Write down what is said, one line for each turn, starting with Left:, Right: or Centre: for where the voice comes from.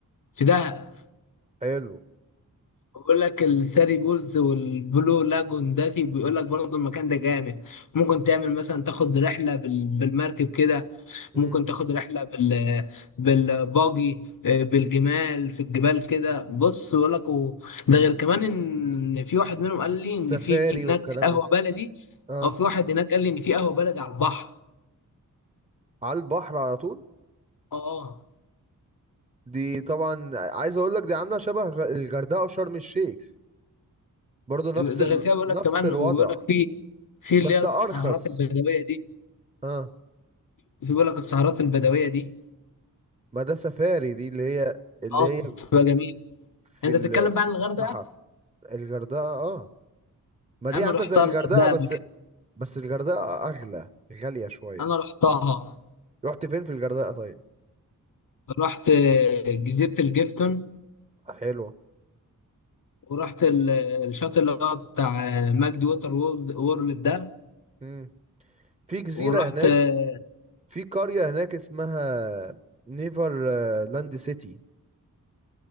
Left: في دهب
Right: حلو
Left: بقول لك الثري بولز والبلو لاجون داتي بيقول لك برضه المكان ده جامد ممكن تعمل مثلا تاخد رحله بال- بالمركب كده
Right: امم
Left: ممكن تاخد رحله بال بالباجي آه، بالجمال في الجبال كده بص بقول لك و- ده غير كمان ان في واحد منهم
Right: وفي
Left: قال لي
Right: سفاري
Left: ان في
Right: والكلام
Left: هناك قهوه
Right: ده
Left: بلدي
Right: اه
Left: او في واحد هناك قال لي ان في قهوه بلدي على البحر
Right: على البحر على طول
Left: اه
Right: دي طبعا عايز اقول لك دي عاملة شبه غ- الغردقة وشرم الشيخ برضو نفس
Left: ده
Right: ال...
Left: غير كده بيقول
Right: نفس
Left: لك كمان
Right: الوضع
Left: وبيقول لك في في
Right: بس
Left: اللي هي السهرات
Right: ارخص
Left: البدويه دي
Right: اه
Left: في بيقول لك السهرات البدويه دي
Right: ما ده سفاري دي اللي هي اللي
Left: اه
Right: هي
Left: بتبقى جميل
Right: في
Left: انت
Right: ال...
Left: بتتكلم بقى
Right: في
Left: عن الغردقه
Right: الصحراء الغردقه اه ما دي
Left: انا
Right: عامله
Left: رحتها
Right: زي الغردقه
Left: الغردقه
Right: بس
Left: قبل كده
Right: بس الغردقه اغلى غاليه شويه
Left: انا رحتها
Right: رحت فين في الغردقه طيب
Left: رحت آه، جزيره الجيفتون
Right: حلوه
Left: ورحت ال- الشاطئ اللي هو بتاع ماجد ووتر وورلد وورلد ده
Right: امم في جزيره
Left: ورحت
Right: هناك
Left: آه،
Right: في قريه هناك اسمها نيفر آه، لاند سيتي